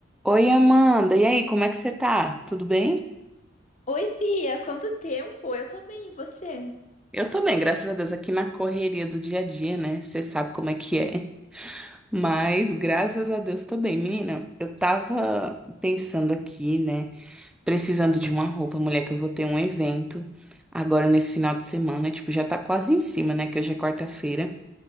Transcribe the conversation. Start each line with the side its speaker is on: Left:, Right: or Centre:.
Centre: Oi, Amanda. E aí, como é que você tá? Tudo bem?
Left: Oi, Bia, quanto tempo? Eu tô bem, e você?
Centre: Eu tô bem, graças a Deus, aqui na correria do dia a dia, né? Você sabe como é que é. Mas, graças a Deus, tô bem. Menina, eu tava pensando aqui, né? Precisando de uma roupa, mulher, que eu vou ter um evento agora nesse final de semana. Tipo, já tá quase em cima, né? Que hoje é quarta-feira.